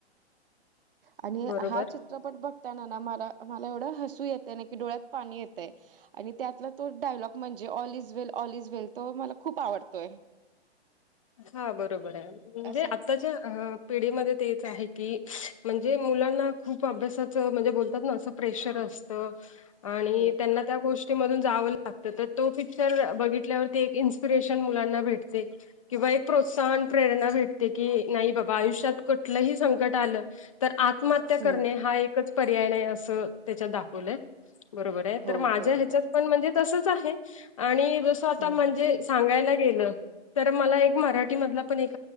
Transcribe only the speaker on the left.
बरोबर
हा बरोबर आहे म्हणजे
आताच्या पिढीमध्ये तेच आहे की म्हणजे मुलांना खूप अभ्यासाचं म्हणजे बोलतात ना असं प्रेशर असत त आणि
त्यांना त्या गोष् मधून जावं लागतं, तर तो पिक्चर बघितल्यावरती एक इन्स्पिरेशन मुलांना भेटते. किंवा एक प्रोत्साहन प्रेरणा भेटते, की नाही बाबा आयुष्यात कुठलंही संकट आलं तर आत्महत्या
करणे हा एकच पर्याय नाही, असं त्याच्यात दाखवलंय. बरोबर आहे,
तर माझ्या
ह्याच्यात पण म्हणजे तसच आहे, आणि जस आता
म्हणजे सांगायला गेलं तर मला एक मराठी मधला पण एक